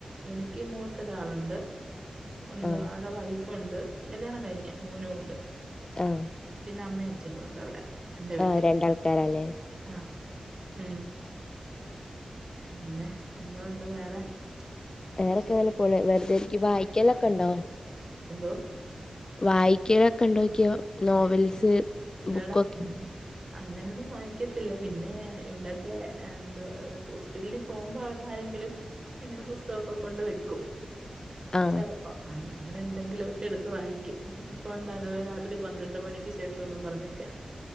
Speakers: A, on the right; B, on the left.
A: എനിക്ക് മൂത്തൊരാളുണ്ട് എന്ത്
B: ആ
A: ആടെ വൈഫുണ്ട് കല്യാണം കഴിഞ്ഞ് മോനും ഉണ്ട്
B: ആഹ്
A: പിന്നെ അമ്മേ അച്നും ഉണ്ട് അവിടെ എന്റെ വീട്ടി.
B: ആഹ് രണ്ടാൾക്കാരല്ലേ
A: ആഹ് ഉം പിന്നെ എന്തൊണ്ട് വേറെ
B: വേറെക്കെ
A: വിശേ
B: ഇങ്ങനെ പോണ് വെറുതെരിക്കും വായിക്കലൊക്കെ ഉണ്ടോ
A: എന്തോ
B: വായിക്കലൊക്കെ ഉണ്ടോക്കിയോ നോവൽസ്
A: ആയി ഇല്ലടാ.
B: ബുക്കൊക്കെ
A: അങ്ങനെ- അങ്ങനൊന്നും വായിക്കത്തില്ല പിന്നെ ഇവിടെക്കെ എന്തെ പു പിള്ളി പോകുമ്പോ അവര ആരെങ്കിലും ഇങ്ങനെ പുസ്തകമൊക്കെ കൊണ്ട് വെക്കും
B: ആ
A: ചെലപ്പം ആ ഇങ്ങനെ എന്തെങ്കിലുമ ഒക്കെ എടുത്ത് വായിക്കും ഇപ്പണ്ട <unintelligible> ഒരു പന്ത്രണ്ട് മണിക്ക് ശേഷം ഒന്നും പറഞ്ഞേക്കാ